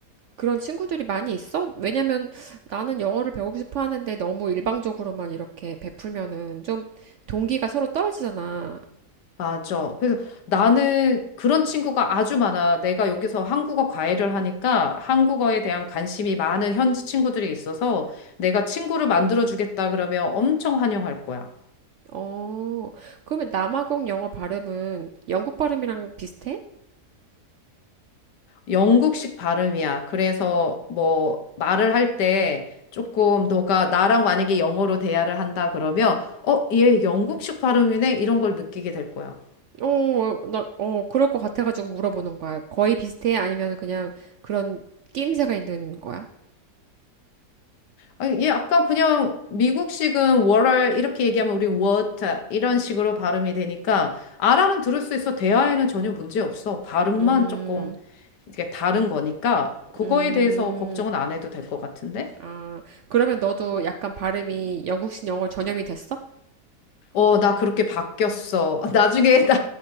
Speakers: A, on the right; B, on the left.
A: 그런 친구들이 많이 있어? 왜냐면 나는 영어를 배우고 싶어 하는데 너무 일방적으로만 이렇게 베풀면은 좀 동기가 서로 떨어지잖아.
B: 맞아. 그래서 나는 그런 친구가 아주 많아. 내가 여기서 한국어 과외를 하니까 한국어에 대한 관심이 많은 현지 친구들이 있어서 내가 친구를 만들어 주겠다 그러면 엄청 환영할 거야.
A: 어. 그러면 남아공 영어 발음은 영국 발음이랑 비슷해?
B: 영국식 발음이야. 그래서 뭐 말을 할 때 조금 너가 나랑 만약에 영어로 대화를 한다 그러면 어, 얘 영국식 발음이네 이런 걸 느끼게 될 거야.
A: 어, 나, 어, 그럴 것 같아가지고 물어보는 거야. 거의 비슷해? 아니면 그냥 그런 낌새가 있는 거야?
B: 아, 얘 약간 그냥 미국식은 월알 이렇게 얘기하면 우리 워터 이런 식으로 발음이 되니까 알아는 들을 수 있어. 대화에는 전혀 문제 없어. 발음만
A: 음,
B: 조금 이게 다른 거니까 그거에
A: 음,
B: 대해서 걱정은 안 해도 될 것 같은데?
A: 아, 그러면 너도 약간 발음이 영국식 영어 전염이 됐어?
B: 어, 나 그렇게 바뀌었어. <laughs> 나중에 나,